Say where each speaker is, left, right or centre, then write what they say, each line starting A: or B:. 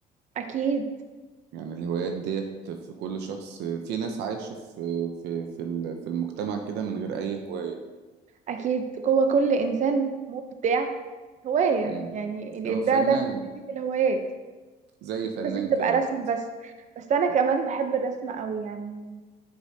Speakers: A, on the right (about 45°); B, on the right (about 80°).
A: أكيد
B: يعني الهوايات ديت في كل شخص في ناس عايشة في في في ال- في المجتمع كده من غير أي هواية
A: أكيد جوه كل إنسان مبدع هواية
B: امم
A: يعني الإبداع
B: هو فنان
A: ده بيبتدي في الهوايات
B: زي
A: مش
B: فنان
A: لازم تبقى
B: كده
A: رسم بس بس أنا كمان بحب الرسم قوي يعني